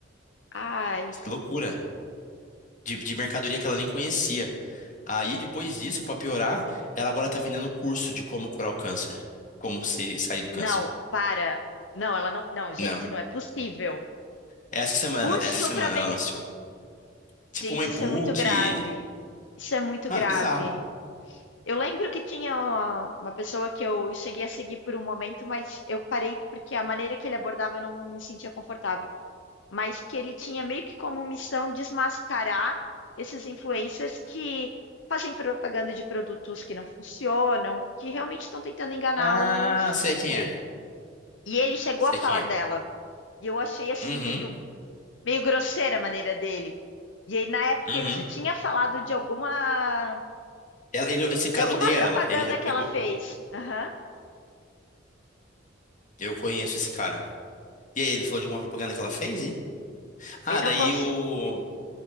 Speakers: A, on the left; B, on the left.
A: Ai.
B: Que Loucura. De, de mercadoria que ela nem conhecia. Aí, depois disso, pra piorar, ela agora tá vendendo curso de como curar o câncer. Como se sair do câncer.
A: Não, para. Não, ela não. Não, gente,
B: Não.
A: não é possível.
B: Essa semana,
A: Curso
B: essa semana
A: para
B: ela
A: vender.
B: lançou. Tipo
A: Gente,
B: um e-book.
A: isso é muito grave. Isso é muito
B: Mano,
A: grave.
B: é bizarro.
A: Eu lembro que tinha uma uma pessoa que eu cheguei a seguir por um momento, mas eu parei porque a maneira que ele abordava eu não me sentia confortável. mas que ele tinha meio que como missão desmascarar esses influencers que fazem propaganda de produtos que não funcionam, que realmente estão tentando enganar
B: Ah,
A: os
B: sei quem
A: clientes.
B: é.
A: E ele chegou
B: Sei
A: a falar
B: quem é.
A: dela, e eu achei assim
B: Uhum,
A: meio meio grosseira a maneira dele. E aí na época
B: uhum.
A: ele já tinha falado de alguma
B: Ela- ele- esse cara
A: de alguma
B: odeia
A: propaganda
B: ela. Ele já pegou.
A: que ela fez. Aham.
B: Eu conheço esse cara. E aí, ele falou de uma propaganda que ela fez e... Ah,
A: Eu não
B: daí
A: consi
B: o...